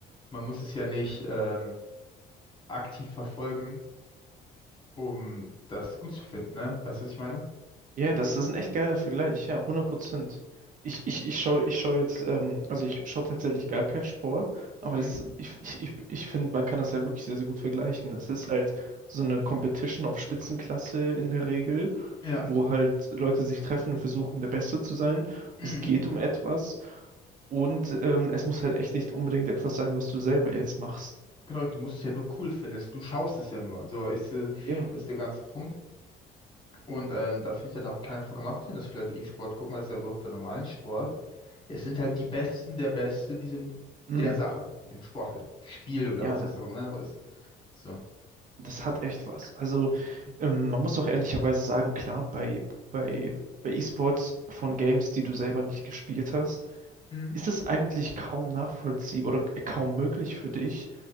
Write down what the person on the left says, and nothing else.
Man muss es ja nicht ähm, aktiv verfolgen, um das gut zu finden, ne? Weißt du, was ich meine?
Mhm.
Ja.
Mhm.
Genau, du musst es ja nur cool finden. Du schaust es ja nur. So ist, äh,
das ist der ganze Punkt. Und ähm, da finde ich dann auch keinen vollkommen nachvollziehen, dass viele Leute E-Sport gucken, weil es ja wirklich bei normalen Sport. Es sind halt die Besten der Besten in diesem,
der Sache, in dem Sport halt. Spiel oder
was,
was auch immer noch ist. So.
Hm.